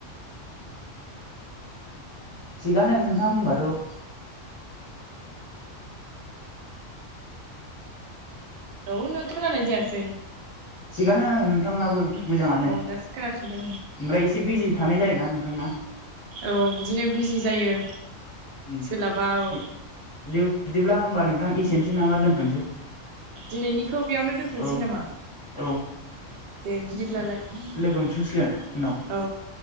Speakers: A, on the left (about 30°); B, on the right (about 60°).
A: थिगानो नोंथां होनबाथ'
B: औ नों खोनानाय जायासै
A: थिगानो नोंथांनाबो
B: अ
A: मोजाङानो
B: दासो खोनाफिनदों
A: ओमफ्राय एसे बिजि थानाय जायोना नोंथांना
B: औ बिदिनो बिजि जायो
A: ओम
B: सोलाबा औ
A: बि बिदि बिदिब्ला होमबा नोंथां एसेनोसै नामा दोनथ'नोसै
B: दिनैनिखौ बेयावनो दोनथ'सै
A: औ
B: नामा
A: औ
B: दे बिदिब्लालाय
A: लोगो मोनफिनसिगोन उनाव
B: औ